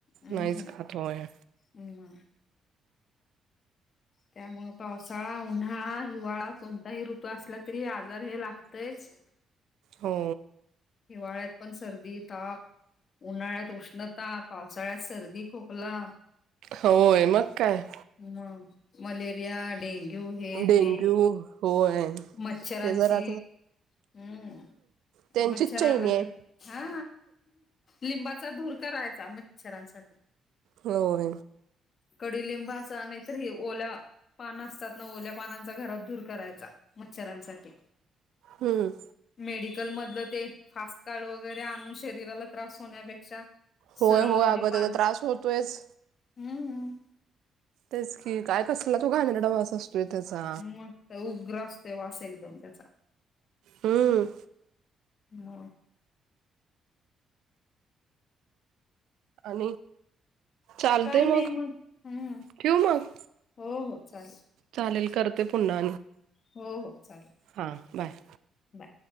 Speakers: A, on the left; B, on the right.
A: हम्
B: नाहीच खात होय.
A: ह म त्यामु पावसाळा उन्हाळा हिवाळा कोणताही ऋतू असला तरी आजार हे लागतच.
B: हो
A: हिवाळ्यात पण सर्दी ताप उन्हाळ्यात उष्णता पावसाळ्यात सर्दी खोकला
B: होय मग काय!
A: हम मलेरिया डेंग्यू हे
B: डेंग्यू
A: ते
B: होय.
A: मच्छरांची
B: हे जरा
A: हम्म
B: त्यांचीच
A: मच्छरनाते
B: चैनी आहे.
A: हा लिंबाचा धूर करायचा मच्छरांसाठी
B: होर
A: कडी लिंबा अस नाहीतर ह ओला पान असतात ना ओल्या पानांचा घरात दूर करायचा मच्छरांसाठी
B: हम्म
A: मेडिकल मधलं ते फास्ट कार्ड वगैरे आणून शरीराला त्रास होण्यापेक्षा
B: होय
A: सरळ
B: होय
A: ओढ
B: अगं
A: पान
B: त्याचा त्रास होतोयच
A: हम्म
B: तेच की काय कसलंला तू घाण्या डवा असतो <unintelligible> <inaudible>
A: मस्त उग्र असतोय वास एकदम त्याचा
B: हम्म
A: ह <inaudible>
B: आणि चालते
A: काही नाही
B: मग
A: हम्म
B: ठेऊ मग
A: हो हो चालेल
B: चालेल करत ते पुन्हा
A: हो हो चालेल
B: हा बाय
A: बाय